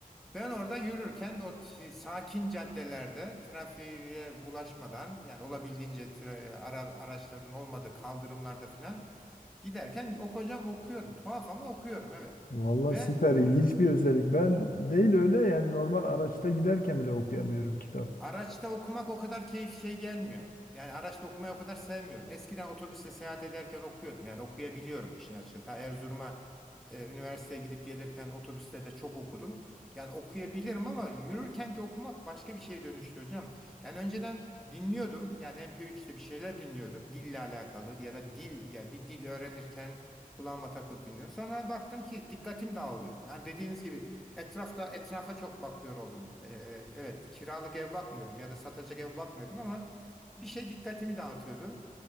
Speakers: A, in the centre; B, on the left (about 70°).
A: ben orada yürürken de o şey, sakin caddelerde trafiğe bulaşmadan yani olabildiğince tra- ara- araçların olmadığı kaldırımlarda filan Giderken okuyacağım okuyorum. Tuhaf ama okuyorum evet.
B: Vallahi
A: Ve
B: süper ilginç bir özellik. Ben değil öyle yani normal araçta giderken bile okuyamıyorum kitap.
A: araçta okumak o kadar keyif şey gelmiyor. Yani araçta okumayı o kadar sevmiyorum. Eskiden otobüste seyahat ederken okuyordum. Yani okuyabiliyorum işin açıkçası. Ta Erzurum'a Ee, üniversiteye gidip gelirken otobüste de çok okudum. Yani okuyabilirim ama yürürkenki okumak başka bir şeye dönüştü hocam. Yani önceden dinliyordum. Yani MP3'te bir şeyler dinliyordum. Dille alakalı ya da dil yani bir dil öğrenirken kulağıma takıp dinliyorum. Sonra baktım ki dikkatim dağılıyor. Yani dediğiniz gibi etrafta etrafa çok bakıyor oldum. Ee, e, evet kiralık ev bakmıyordum ya da satacak ev bakmıyordum ama bir şey dikkatimi dağıtıyordu.